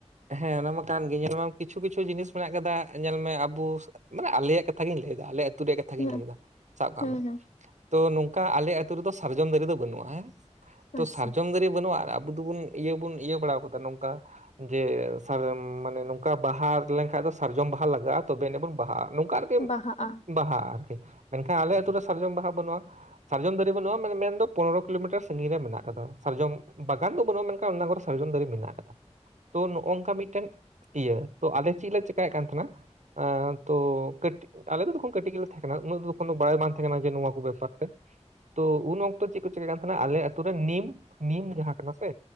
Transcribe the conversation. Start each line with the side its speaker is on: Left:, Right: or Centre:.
Right: ᱦᱮᱸ ᱚᱱᱟ ᱢᱟ ᱠᱟᱱ ᱧᱮᱞ ᱢᱮ ᱠᱤᱪᱷᱩ ᱠᱤᱪᱷᱩ ᱡᱤᱱᱤᱥ ᱢᱮᱱᱟᱜ ᱠᱟᱫᱟ ᱧᱮᱞ ᱢᱮ ᱟᱵᱚ ᱢᱟᱱᱮ ᱟᱞᱮᱭᱟᱜ ᱠᱟᱛᱷᱟᱤᱧ ᱞᱟᱹᱭ ᱮᱫᱟ ᱟᱞᱮᱭᱟᱜ ᱟᱛᱩᱨᱮᱭᱟᱜ ᱠᱟᱛᱷᱟ ᱜᱤᱧ
Left: ᱦᱩᱸ
Right: ᱞᱮᱭᱫᱟ ᱥᱟᱵ ᱠᱟᱜ
Left: ᱦᱩᱸ
Right: ᱢᱮ
Left: ᱦᱩᱸ
Right: ᱛᱚ ᱱᱚᱝᱠᱟ ᱟᱞᱮ ᱟᱛᱩ ᱨᱮᱫᱚ ᱥᱟᱨᱡᱚᱢ ᱫᱟᱨᱮ ᱫᱚ ᱵᱟᱹᱱᱩᱜᱼᱟᱸ ᱛᱚ
Left: ᱟᱪᱪᱷᱟ
Right: ᱥᱟᱨᱡᱚᱢ ᱫᱟᱨᱮ ᱵᱟᱹᱱᱩᱜᱼᱟ ᱟᱨ ᱩᱱᱨᱮᱫᱚ ᱵᱳᱱ ᱤᱭᱟᱹ ᱵᱚᱱ ᱤᱭᱟᱹ ᱵᱟᱲᱟ ᱟᱠᱟᱫᱟ ᱱᱚᱝᱠᱟ ᱡᱮ ᱥᱟᱨᱡᱚᱢ ᱢᱟᱱᱮ ᱱᱚᱝᱠᱟ ᱵᱟᱦᱟᱨ ᱞᱮᱱᱠᱷᱟᱱ ᱫᱚ ᱥᱟᱨᱡᱚᱢ ᱵᱟᱦᱟ ᱞᱟᱜᱟᱜᱼᱟ ᱛᱚᱵᱮ ᱱᱤᱜ ᱵᱚᱱ ᱵᱟᱦᱟᱜᱼᱟ ᱱᱚᱝᱠᱟ ᱟᱨᱠᱤ
Left: ᱵᱟᱦᱟᱜᱼᱟ
Right: ᱵᱟᱦᱟᱼᱟ ᱢᱮᱱᱠᱷᱟᱱ ᱟᱞᱮ ᱟᱛᱳ ᱨᱮ ᱥᱟᱨᱡᱚᱢ ᱵᱟᱦᱟ ᱵᱟᱱᱩ. ᱜᱼᱟ ᱥᱟᱨᱡᱚᱢ ᱫᱟᱨᱮ ᱵᱟᱹᱱᱩᱜᱼᱟ ᱢᱮᱱᱫᱚ ᱯᱚᱱᱫᱳᱨᱚ ᱠᱤᱞᱳ ᱢᱤᱴᱟᱨ ᱥᱟᱺᱜᱤᱧ ᱨᱮ ᱢᱮᱱᱟᱜ ᱟᱠᱟᱫᱟ ᱥᱟᱨᱡᱚᱢ ᱵᱟᱜᱟᱱ ᱫᱚ ᱵᱟᱹᱱᱩᱜᱼᱟ ᱢᱮᱱᱠᱷᱟᱱ ᱚᱱᱟ ᱠᱚᱨᱮ ᱥᱟᱨᱡᱚᱢ ᱫᱟᱨᱮ ᱢᱮᱱᱟᱜ ᱟᱠᱟᱫᱟ ᱛᱚ ᱱᱚᱜᱝᱠᱟ ᱢᱤᱫᱴᱮᱱ ᱤᱭᱟᱹ ᱛᱚ ᱟᱞᱮ ᱪᱤᱫ ᱞᱮ ᱪᱮᱠᱟᱭᱮᱫ ᱠᱟᱱ ᱛᱟᱦᱮᱸᱱᱟ ᱟᱹ ᱛᱚ ᱠᱟᱹᱴᱤ ᱟᱞᱮ ᱫᱚ ᱛᱚᱠᱷᱚᱱ ᱠᱟᱹᱴᱤᱡ ᱜᱮᱞᱮ ᱛᱟᱦᱮᱸ ᱠᱟᱱᱟ ᱚᱠᱷᱚᱱᱳ ᱵᱟᱲᱟᱭ ᱵᱟᱝ ᱛᱟᱦᱮᱸ ᱠᱟᱱᱟ ᱡᱮ ᱱᱚᱣᱟ ᱠᱚ ᱵᱮᱯᱟᱨ ᱛᱮ ᱛᱚ ᱩᱱ ᱚᱠᱛᱚ ᱪᱮᱫ ᱠᱚ ᱪᱤᱠᱟᱹ ᱠᱟᱱ ᱛᱟᱦᱮᱱᱟ ᱟᱞᱮ ᱟᱛᱳ ᱨᱮ ᱱᱤᱢ ᱱᱤᱢ ᱡᱟᱦᱟᱸ ᱠᱟᱱᱟ ᱥᱮ